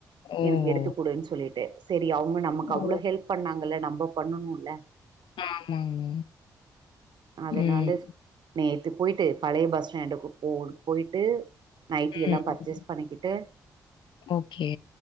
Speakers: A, on the left (about 65°); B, on the right (about 55°).
A: ஓஹோ!
B: எனக்கு எடுத்துக்குடுன்னு சொல்லிட்டு செரி அவுங்க நமக்கு
A: ஓ!
B: அவ்ளோ ஹெல்ப் பண்ணாங்கல்ல நம்ம பண்ணணுல
A: ஆமாங்க.
B: அதுனாலு
A: ம்.
B: ஸ் நேத்து போய்ட்டு பழைய பஸ்ஸ்டாண்ட்டுகு கூடு போய்ட்டு நைட்டி எல்லா
A: ம்.
B: பர்ச்சேஸ் பண்ணிக்கிட்டு
A: ஓகே